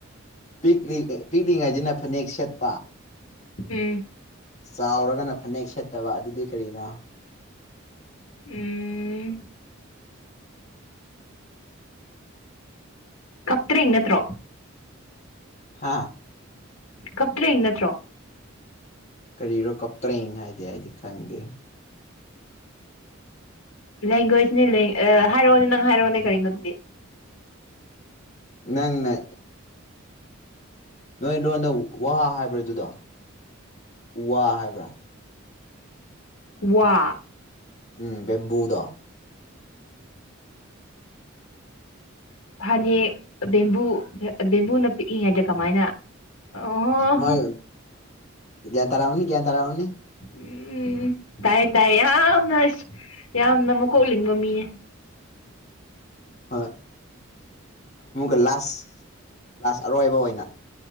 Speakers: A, on the left; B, on the left.
A: ꯄꯤꯛꯅꯤ ꯄꯤꯛꯂꯤꯉꯩꯁꯤꯅ ꯐꯅꯦꯛ ꯁꯦꯠꯄ
B: ꯎꯝ
A: ꯆꯥꯎꯔꯒꯅ ꯐꯅꯦꯛ ꯁꯦꯠꯇꯕ ꯑꯗꯨꯗꯤ ꯀꯔꯤꯅ
B: ꯎꯝ ꯀꯇ ꯏꯉꯠꯇ꯭ꯔꯣ
A: ꯍꯥꯥ
B: ꯀꯞꯇ꯭ꯔꯦ ꯅꯠꯇ꯭ꯔꯣ
A: ꯀꯔꯤꯔꯣ ꯀꯞꯇ꯭ꯔꯏ ꯍꯥꯏꯗꯤ ꯑꯩꯗꯤ ꯈꯪꯗꯦ
B: ꯂꯦꯡꯒ꯭ꯋꯦꯖꯅꯦ ꯍꯥꯏꯔꯛꯑꯣꯅꯦ ꯅꯪ ꯍꯥꯏꯔꯛꯑꯣꯅꯦ ꯀꯔꯤꯒꯤꯅꯣ ꯑꯗꯨꯗꯤ
A: ꯅꯪꯅꯦ ꯅꯣꯏ ꯂꯣꯟꯗ ꯋꯥꯍꯥ ꯍꯥꯏꯕ꯭ꯔ ꯑꯗꯨꯗꯣ ꯎ ꯋꯥ ꯍꯥꯏꯕ꯭ꯔꯥ
B: ꯋꯥ
A: ꯎꯝ ꯕꯦꯝꯝꯕꯨꯗꯥ
B: ꯐꯅꯦꯛ ꯕꯦꯝꯕꯨ ꯕꯦꯝꯕꯨꯅ ꯄꯤꯛꯏꯉꯩꯗ ꯀꯃꯥꯏꯅ ꯑꯣ
A: ꯃꯣꯏ ꯭ꯟ ꯇꯥꯔꯥꯥꯎꯅꯤ ꯭ꯌꯥꯟ ꯇꯔꯥꯥꯎꯅꯤ
B: ꯎꯝ ꯇꯥꯏ ꯇꯥꯏ ꯌꯥꯝꯅ ꯑ ꯌꯥꯝꯅ ꯃꯀꯣꯛ ꯂꯤꯡꯕ ꯃꯤꯅꯦ
A: ꯍꯣꯏ ꯃꯨꯛ ꯀ ꯂꯥꯁ ꯂꯥꯁ ꯑꯔꯣꯏꯕ ꯑꯣꯏꯅ